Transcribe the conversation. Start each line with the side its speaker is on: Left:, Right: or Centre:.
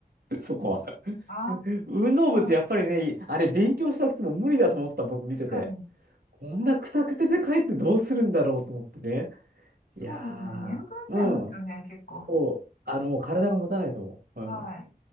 Right: る、<laughs> そこは。
Left: あ
Right: 運動部ってやっぱりね、
Left: あ、
Right: あれ勉強したくても無理だと思ってた僕見てて、
Left: うん確かに、
Right: こんなくたくてで帰ってどうするんだろうと思ってね。
Left: そうですね。
Right: いやー、
Left: 眠くなっちゃいますよね、
Right: うん。
Left: 結構。
Right: そう、あの、もう体が持たないと思う。うん。
Left: は